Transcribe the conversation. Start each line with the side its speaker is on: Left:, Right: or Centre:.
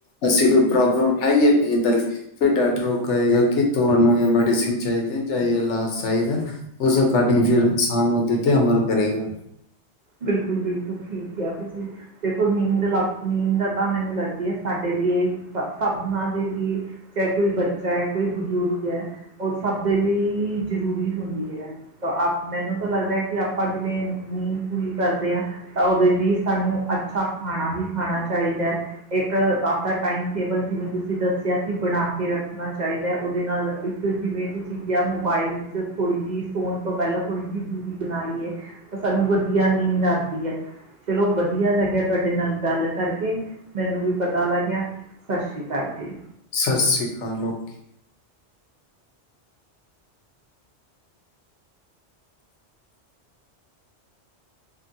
Left: ਐਸੀਂ ਕੋਈ ਪ੍ਰੋਬਲਮ ਹੈਈ ਐ ਨੀਂਦ ਆਲੀ ਫੇਰ ਡਾਕਟਰ ਉਹ ਕਹੇਗਾ ਕਿ ਤੁਹਾਨੂੰ ਇਹ ਮੈਡੀਸਨ ਚਾਹੀਦੀਆਂ ਜਾਂ ਇਹ ਇਲਾਜ ਚਾਹੀਦਾ ਉਸ ਅਕਡਿੰਗ ਫੇਰ ਇਨਸਾਨ ਉਹਦੇ ਤੇ ਅਮਲ ਕਰੇਗਾ।
Right: ਬਿਲਕੁਲ -ਬਿਲਕੁਲ ਠੀਕ ਕਿਹਾ ਤੁਸੀਂ। ਦੇਖੋ ਨੀਂਦ ਲ ਨੀਂਦ ਤਾਂ ਮੈਨੂੰ ਲੱਗਦੀ ਹੈ ਸਾਡੇ ਲਈ ਸਭਨਾਂ ਦੇ ਵੀ ਚਾਹੇ ਕੋਈ ਬੱਚਾ ਹੈ ਕੋਈ ਬਜ਼ੁਰਗ ਹੈ ਉਹ ਸਭ ਦੇ ਲਈ ਜ਼ਰੂਰੀ ਹੁੰਦੀ ਹੈ। ਤਾਂ ਮੈਨੂੰ ਤਾਂ ਲੱਗਦਾ ਹੈ ਕਿ ਆਪਾਂ ਜਿਵੇਂ ਨੀਂਦ ਪੂਰੀ ਕਰਦੇ ਹਾਂ ਤਾਂ ਉਹਦੇ ਲਈ ਸਾਨੂੰ ਅੱਛਾ ਖਾਣਾ ਵੀ ਖਾਣਾ ਚਾਹੀਦਾ ਹੈ। ਇੱਕ ਆਪਦਾ ਟਾਈਮ ਟੇਬਲ ਜਿਵੇਂ ਤੁਸੀਂ ਦੱਸਿਆ ਕਿ ਬਣਾ ਕੇ ਰੱਖਣਾ ਚਾਹੀਦਾ ਉਹਦੇ ਨਾਲ ਫੇਰ ਜਿਵੇਂ ਤੁਸੀਂ ਕਿਹਾ ਮੋਬਾਈਲ ਚ ਥੋੜ੍ਹੀ ਜਿਹੀ ਸੋਣ ਤੋਂ ਪਹਿਲਾਂ ਥੋੜ੍ਹੀ ਜਿਹੀ ਦੂਰੀ ਬਣਾਈ ਏ ਤਾਂ ਸਾਨੂੰ ਵਧੀਆ ਨੀਂਦ ਆਓੰਦੀ ਹੈ। ਚਲੋ ਵਧੀਆ ਲੱਗਿਆ ਤੁਹਾਡੇ ਨਾਲ ਗੱਲ ਕਰਕੇ ਮੈਨੂੰ ਵੀ ਪਤਾ ਲੱਗਿਆ ਸਤਿ ਸ਼੍ਰੀ ਅਕਾਲ ਜੀ।
Left: ਸਤਿ ਸ਼੍ਰੀ ਅਕਾਲ ਓਕੇ।